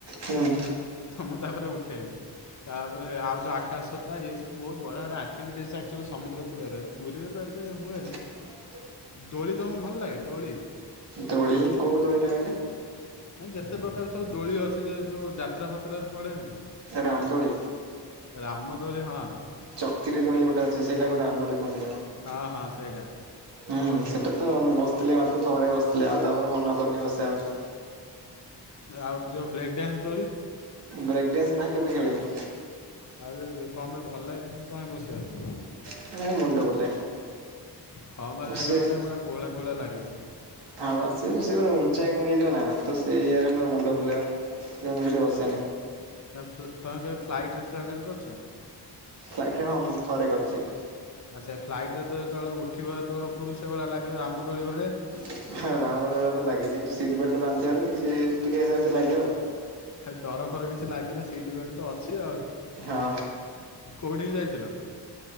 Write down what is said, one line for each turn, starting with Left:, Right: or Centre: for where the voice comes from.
Right: ହୁଁ
Left: ତ ମୁଁ ତାପରେ ଉଠେଇବି। ତାପରେ ଆଉ ଯୋଉ ଆକାଶ ଛତା ଏସବୁ ବହୁତ୍ ବଢ଼ିଆ-ବଢିଆ ଆକ୍ଟିଭିଟିସ୍ ଆକ୍ଚୁଆଲି ସମୁଦ୍ର କୂଳରେ ପୁରୀରେ ତ ଏ ତେ ହୁଏନି।
Right: ହଁ
Left: ଦୋଳି ତମୁକୁ ଭଲ୍ ଲାଗେ ଦୋଳି?
Right: ଦୋଳି, କୋଉ ଦୋଳିଟା କହିଲେ?
Left: <unintelligible> ଯେତେ ପ୍ରକାର ସବୁ ଦୋଳି ଅଛି ଯେ ଯୋଉ ଯାତ୍ରା ଫାତ୍ରାରେ ପଡେନି
Right: ରାମଦୋଳି?
Left: ରାମଦୋଳି ହଁ।
Right: ଚକ୍ରି ଦୋଳି ଗୋଟେ ଅଛି ସେଇଟାକୁ ରାମଦୋଳି କୁହନ୍ତି ନା କଣ।
Left: ହଁ-ହଁ ସେଇଟା।
Right: ହୁଁ ସେଇଟା ତ ମୁଁ ବସିଥିଲି ମାତ୍ର ଥରେ ବସିଥିଲି ଆଉ ତାପରେ ମନ କରିନି ବସିଆ ପାଇଁ।
Left: ଆଉ ଯୋଉ ବ୍ରେକ୍ ଡ୍ୟାନ୍ସ ଦୋଳି?
Right: ବ୍ରେକ୍ ଡ୍ୟାନ୍ସ ନାଇଁ କେବେ ଖେଳିନି।
Left: ଆଉ ତେତେ କଣ ପାଇଁ ଭଲ୍ ଲାଗେନି <inaudible>
Right: <unintelligible> ମୁଣ୍ଡ ବୁଲାଏ।
Left: ହଁ ବା ସେଇଟା
Right: ସେ
Left: ଗୋଟେ ପୁରା କୁହଳା-କୁହଳା ଲାଗିବ।
Right: ହଁ ବା ସେ-ସେ ପୁରା ଉଞ୍ଚାକୁ ନେଇଯିବ ନା, ତ ସେଇ ଜାଗାରେ ପୁରା ମୁଣ୍ଡ ବୁଲେଇବ। ତେଣୁ ମୁଁ ସେଠି ବସେନି
Left: ନା ତମେ କେବେ ଫ୍ଲାଇଟ୍ରେ ଟ୍ରାଭେଲ୍ କରିଚ?
Right: ଫ୍ଲାଇଟ୍ରେ ହଁ ମୁଁ ଥରେ କରିଚି।
Left: ଆଉ ସେ ଫ୍ଲାଇଟ୍ରେ ତ ଯେତଳେ ଉଠିବ ଯେତଳେ ଉପରୁ ସେଇ ଭଳିଆ ଲାଗିବ ରାମଦୋଳି <unintelligible>
Right: <unintelligible> ରାମଦୋଳି ବେଳେ ତ ଲାଗେ କିନ୍ତୁ ସିଟ୍ ବେଲ୍ଟ ବାନ୍ଧଥିବାରୁ କିଛି ଟିକେ ସେମ୍ତି ଲାଗିବ ଆଉ।
Left: ହେଲେ ଡର ଫର କିଛି ଲାଗେନା ସିଟ୍ ବେଲ୍ଟ ତ ଅଛି ଆଉ।
Right: ହଁ।
Left: କୋଉଠିକି ଯାଇଥିଲ?